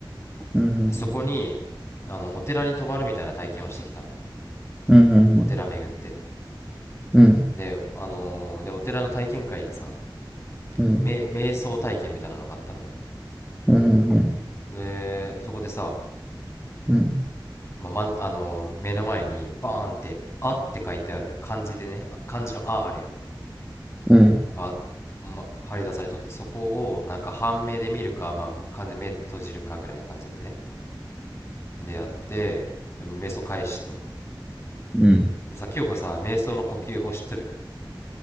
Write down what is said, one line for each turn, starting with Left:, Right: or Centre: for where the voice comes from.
Centre: うん。
Left: そこにあのお寺に泊まるみたいな体験をしてきたの
Centre: うん。うん。
Left: お寺巡って
Centre: うん。
Left: であのーでお寺の体験会でさ
Centre: うん。
Left: め瞑想体験みたいなのがあったのよ
Centre: うん。うん。
Left: でそこでさ、
Centre: うん。
Left: まあまんあの目の前にバーンって「あ」って書いてある漢字でねあ漢字の「あ」あるや
Centre: うん。
Left: んが、ま、張り出されとってそこをなんか半目で見るか、まあ、完全に目閉じるかぐらいな感じでねでやってでも瞑想開始と
Centre: うん。
Left: でさ清子さ瞑想の呼吸法知っとる